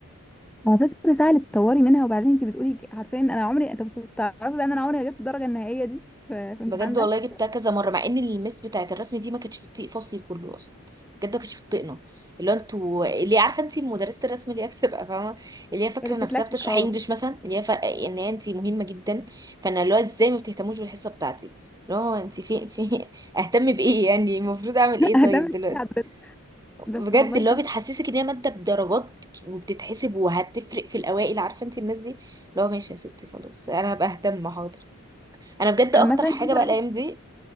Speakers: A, in the centre; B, on the right.
A: على فكرة سهل تطوري منها وبعدين انت بتقولي ج- عارفة ان انا عمري انت بس تعرفي بقى ان انا عمري ما جبت الدرجة النهائية دي في, في امتحان
B: بجد والله
A: رسم
B: جبتها كذا مره مع ان المس بتاعت الرسم دي ما كانتش بتطيق فصلي كله اصلا بجد ما كانتش بتطيقنا اللي هو انتوا اللي هي عارفه انت مدرسه الرسم اللي هي بتبقى فاهمه اللي هي فاكره
A: اللي
B: نفسها
A: بتتلكك
B: بتشرح
A: اه
B: انجليش
A: <laughs>
B: مثلا اللي هي ف... ان هي انت مهمه جدا فانا اللي هو ازاي ما بتهتموش بالحصه بتاعتي اللي هو انت في في <laughs> اهتم بايه يعني المفروض اعمل ايه
A: اهتمت
B: طيب دلوقتي
A: بيها حضرتك بس
B: بجد
A: والله
B: اللي
A: شاطر
B: هو بتحسسك ان هي ماده بدرجات وبتتحسب وهتفرق في الاوائل عارفه انت الناس دي اللي هو ماشي يا ستي خلاص انا هبقى اهتم حاضر انا بجد اكتر
A: عامة
B: حاجه
A: كنت
B: بقى
A: بقى-
B: الايام دي